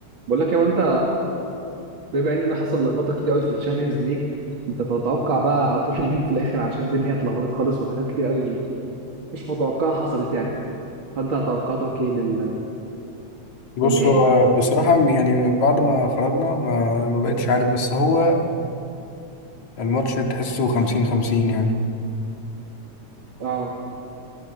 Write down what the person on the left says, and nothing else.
بص
هو بصراحة يعني بعد ما خرجنا ما ما بقتش عارف بس هو الماتش تحسه خمسين خمسين يعني